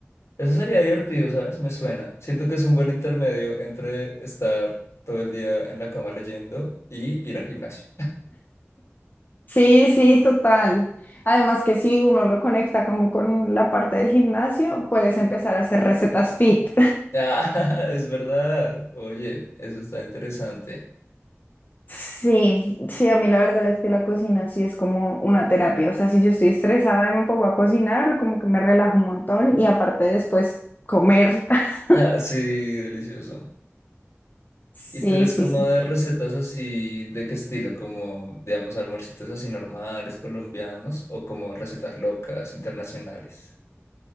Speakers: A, on the left; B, on the left.
A: Eso sería divertido, ¿sabes? Me suena. Siento que es un buen intermedio entre estar todo el día en la cama leyendo y ir al gimnasio.
B: Sí, sí, total. Además que si uno lo conecta como con la parte del gimnasio, puedes empezar a hacer recetas fit.
A: Ah, <laughs> es verdad. Oye, eso está interesante.
B: Sí, sí, a mí la verdad es que la cocina sí es como una terapia. O sea, si yo estoy estresada y me pongo a cocinar, como que me relajo un montón y aparte después comer. <laughs>
A: Ah, sí, delicioso.
B: Sí,
A: ¿Y tú eres
B: sí,
A: como
B: sí.
A: de recetas así, de qué estilo? Como, digamos, almuercitos así normales, colombianos, o como recetas locas, internacionales.